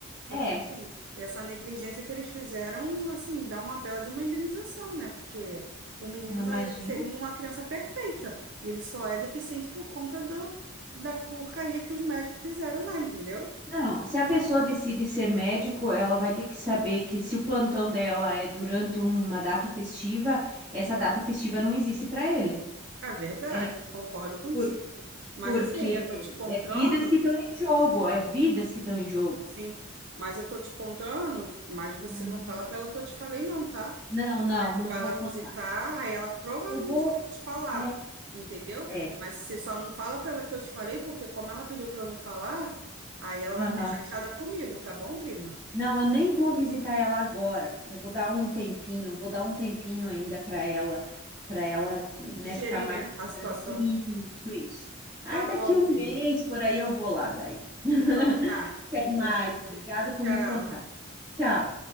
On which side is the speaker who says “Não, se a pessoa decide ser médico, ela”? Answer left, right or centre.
Right